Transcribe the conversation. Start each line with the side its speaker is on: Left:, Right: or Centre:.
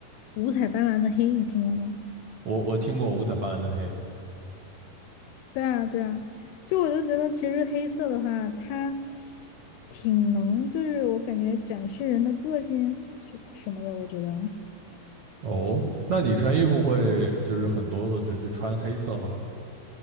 Left: 五彩斑斓的黑，你听过吗？
Right: 我我听过五彩斑斓的黑。
Left: 对啊，对啊，就我就觉得其实黑色的话，它挺能，就是我感觉展示人的个性什什么的，我觉得。
Right: 哦，那你穿衣服会就是很多的，就是穿黑色吗？